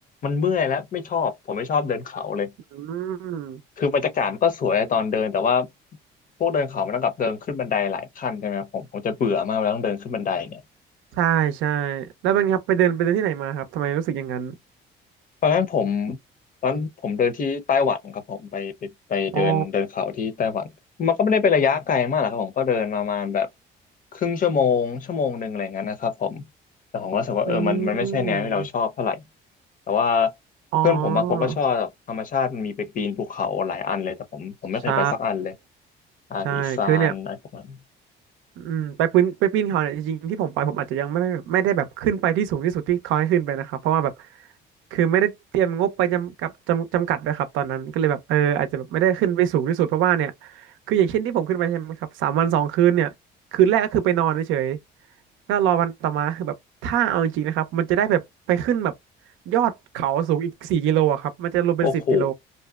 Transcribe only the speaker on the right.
อืม
ใช่ใช่แล้วเป็นไงครับไปเดินไปเดินที่ไหนมาครับทำไมรู้สึกอย่างนั้น
อ๋อ
อืม
อ๋อ
ใช่
ใช่คือเนี่ย อืมไปปีนไปปีนเขาเนี่ยจริงๆที่ผมไปผมอาจจะยังไม่ไม่ได้แบบขึ้นไปที่สูงที่สุดที่เขาให้ขึ้นไปนะครับเพราะว่าแบบคือไม่ได้เตรียมงบไปจำกับจำจำกัดด้วยครับตอนนั้นก็เลยแบบเอออาจจะแบบไม่ได้ขึ้นไปสูงที่สุดเพราะว่าเนี่ยคืออย่างเช่นที่ผมขึ้นไปใช่ไหมครับสามวันสองคืนเนี่ยคืนแรกก็คือไปนอนเฉยๆก็รอวันต่อมาคือแบบถ้าเอาจริงๆนะครับมันจะได้แบบไปขึ้นแบบยอดเขาสูงอีกสี่กิโลอะครับมันจะรวมเป็นสิบกิโล